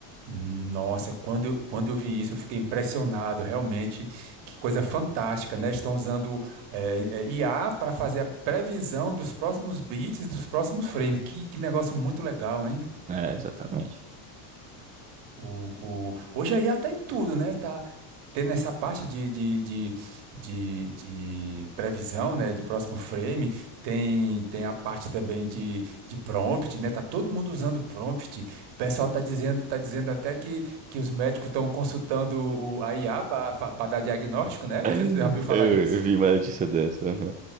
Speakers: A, on the right; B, on the right.
A: Nossa, quando eu, quando eu vi isso, eu fiquei impressionado, realmente, que coisa fantástica, né? Estão usando eh, eh, IA para fazer a previsão dos próximos bits dos próximos frames. Que, que negócio muito legal, hein?
B: É, exatamente.
A: O, o... Hoje a IA tá em tudo, né? Tá tendo essa parte de, de, de, de, de previsão, né? De próximo frame, tem, tem a parte também de, de prompt, né? Tá todo mundo usando prompt. O pessoal tá dizendo, tá dizendo até que, que os médicos estão consultando o, a IA para dar diagnóstico, né?
B: <laughs>
A: Você você já ouviu falar
B: Eu,
A: nisso?
B: eu vi uma notícia dessa. aham.